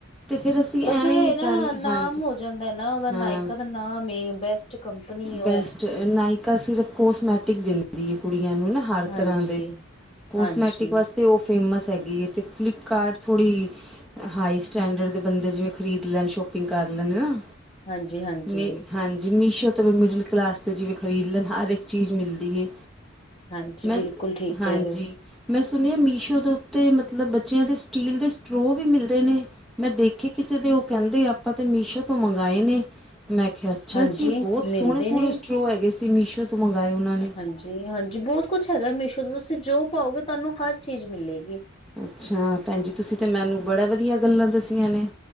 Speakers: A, in the centre; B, on the left.
A: ਤੇ ਫਿਰ ਅਸੀਂ
B: ਬਸ
A: ਐਵੇਂ
B: ਇਹ
A: ਹੀ
B: ਅ ਨਾ,
A: ਕਰ
B: ਨਾਮ
A: ਹਾਂਜੀ
B: ਹੋ ਜਾਂਦਾ ਨਾ ਉਹਦਾ ਨਾਇਕਾ
A: ਹਾਂ
B: ਦਾ ਨਾ ਨਾਮ ਏ ਬੈਸਟ ਕੰਪਨੀ ਐ
A: ਬੈਸਟ
B: ਉਹ
A: ਨਾਇਕਾ ਸਿਰਫ ਕੋਸਮੈਟਿਕ ਦਿੰਦੀ ਏ ਕੁੜੀਆਂ ਨੂੰ ਨਾ। ਹਰ
B: ਹਾਂਜੀ
A: ਤਰ੍ਹਾਂ ਦੇ ਕੋਸਮੈਟਿਕ
B: ਹਾਂਜੀ
A: ਵਾਸਤ ਤੇ ਉਹ ਫੇਮਸ ਹੈਗੀ ਏ ਤੇ ਫਲਿੱਪਕਾਰਟ ਥੋੜ੍ਹੀ ਹਾਈ ਸਟੈਂਡਰਡ ਦੇ ਬੰਦੇ ਜਿਵੇਂ ਖਰੀਦ ਲੈਣ ਸ਼ੋਪਿੰਗ ਕਰ ਲੈਦੇ ਨ
B: ਹਾਂਜੀ ਹਾਂਜੀ
A: ਮੀ ਹਾਂਜੀ, ਮੀਸ਼ੋ ਤੋ ਮਿਡਲ ਕਲਾਸ 'ਤੇ ਜਿਵੇਂ ਖਰੀਦ ਲੈਣ ਹਰ ਇੱਕ ਚੀਜ਼ ਮਿਲਦੀ ਏ
B: ਹਾਂਜੀ
A: ਮੈਂ
B: ਬਿਲਕੁਲ
A: ਸ,
B: ਠੀਕ
A: ਹਾਂਜੀ।
B: ਕਹਿ ਰਹੇ ਹੋ
A: ਮੈਂ ਸੁਣਿਆ ਮੀਸ਼ੋ ਦੇ ਉੱਤੇ ਮਤਲਬ ਬੱਚਿਆਂ ਦੇ ਸਟੀਲ ਦੇ ਸਟਰੋਅ ਵੀ ਮਿਲਦੇ ਨੇ? ਮੈਂ ਦੇਖੀ ਕਿਸੇ ਦੇ ਉਹ ਕਹਿੰਦੇ ਆਪਾਂ ਤੇ ਮੀਸ਼ੋ ਤੋਂ ਮੰਗਾਏ ਨੇ। ਮੈਂ ਕਿਹਾ ਅੱਛਾ
B: ਹਾਂਜੀ
A: ਜੀ ਬਹੁਤ
B: ਮਿਲਦੇ
A: ਸੋਹਣੇ -ਸੋਹਣੇ
B: ਨੇ
A: ਸਟੋਅ ਹੈਗੇ ਸੀ, ਮੀਸ਼ੋ ਤੋਂ ਮੰਗਵਾਏ ਉਹਨਾਂ ਨੇ।
B: ਹਾਂਜੀ ਹਾਂਜੀ ਬਹੁਤ ਕੁਛ ਹੈਗਾ ਮੀਸ਼ੋ ਤੋਂ, ਤੁਸੀਂ ਜੋ ਪਾਓਗੇ ਤੁਹਾਨੂੰ ਹਰ ਚੀਜ਼ ਮਿਲੇਗੀ।
A: ਅੱਛਾ ਭੈਣ ਜੀ ਤੁਸੀਂ ਤਾਂ ਮੈਨੂੰ ਬੜਾ ਵਧੀਆ ਗੱਲਾਂ ਦੱਸੀਆਂ ਨੇ।